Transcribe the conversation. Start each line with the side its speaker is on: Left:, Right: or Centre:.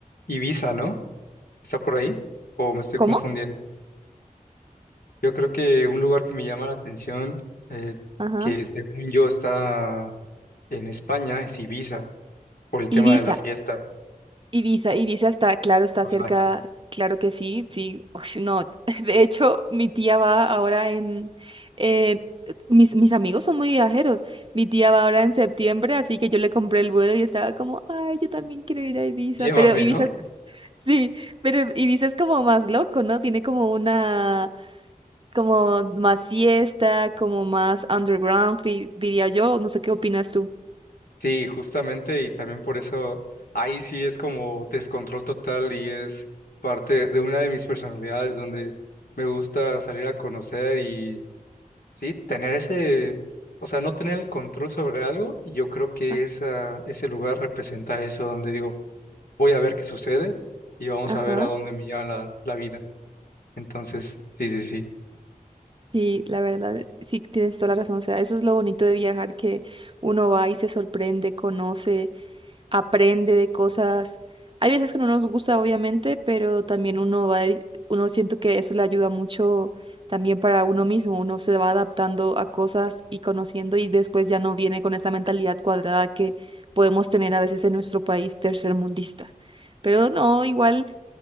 Left: Ibiza, ¿no? ¿Está por ahí? ¿O me estoy
Right: ¿Cómo?
Left: confundiendo? Yo creo que un lugar que me llama la atención, eh,
Right: Ajá.
Left: que según yo está En España es Ibiza, por el
Right: Ibiza,
Left: tema de la fiesta.
Right: Ibiza, Ibiza está, claro, está
Left: Ajá.
Right: cerca,
Left: <laughs>
Right: claro que sí, sí, ush, no. <laughs> De hecho, mi tía va ahora en, eh, mis, mis amigos son muy viajeros, mi tía va ahora en septiembre, así que yo le compré el vuelo y estaba como, ay, yo también quiero ir a Ibiza,
Left: Llévame,
Right: pero Ibiza
Left: ¿no?
Right: es, sí, pero Ibiza es como más loco, ¿no? Tiene como una, como más fiesta, como más underground, di- diría yo, no sé qué opinas tú.
Left: Sí, justamente, y también por eso ahí sí es como descontrol total y es parte de una de mis personalidades donde me gusta salir a conocer y sí, tener ese, o sea, no tener el control sobre algo, y yo creo que
Right: Ah,
Left: esa, ese lugar representa eso, donde digo, voy a ver qué sucede y vamos
Right: Ajá.
Left: a ver a dónde me lleva la, la vida. Entonces, sí, sí, sí.
Right: Sí, la verdad, sí tienes toda la razón. O sea, eso es lo bonito de viajar, que uno va y se sorprende, conoce, aprende de cosas. Hay veces que no nos gusta, obviamente, pero también uno va, y- uno siento que eso le ayuda mucho también para uno mismo. Uno se va adaptando a cosas y conociendo y después ya no viene con esa mentalidad cuadrada que podemos tener a veces en nuestro país tercermundista. Pero no, igual